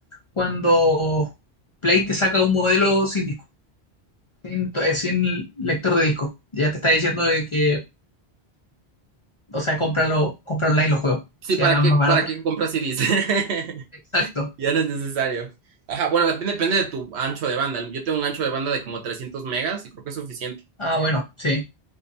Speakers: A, on the left; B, on the right.
A: cuando Play te saca un modelo sin disco, sin, to- eh, sin lector de disco. Ya te está diciendo de que, o sea, cómpralo, compra online los juegos.
B: Sí,
A: Si
B: ¿para
A: además
B: qué,
A: más barato.
B: para qué compras CDs? <laughs>
A: Exacto.
B: Ya no es necesario. Ajá, bueno, depende, depende de tu ancho de banda. Yo tengo un ancho de banda de como 300 megas y creo que es suficiente.
A: Ah, bueno, sí.